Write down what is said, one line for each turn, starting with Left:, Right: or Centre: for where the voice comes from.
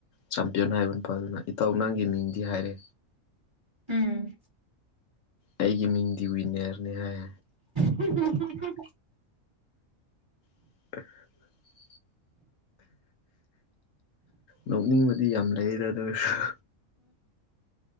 Left: ꯆꯝ ꯄꯌꯣꯟ ꯍꯥꯏꯕ ꯅꯨꯄꯥꯗꯨꯅ ꯏꯇꯥꯎ ꯅꯪꯒꯤ ꯃꯤꯡꯗꯤ ꯍꯥꯏꯔꯦ
Right: ꯎꯝ
Left: ꯑꯩꯒꯤ ꯃꯤꯡꯗꯤ ꯋꯤꯟꯅꯔꯅꯦ ꯍꯥꯏ
Right: ꯍꯨ ꯍꯨ ꯍꯨ
Left: inaudible ꯅꯣꯛꯅꯤꯡꯕꯗꯤ ꯌꯥꯝ ꯂꯩꯔꯤꯗ ꯑꯗꯨ ꯑꯣꯏꯔꯁꯨ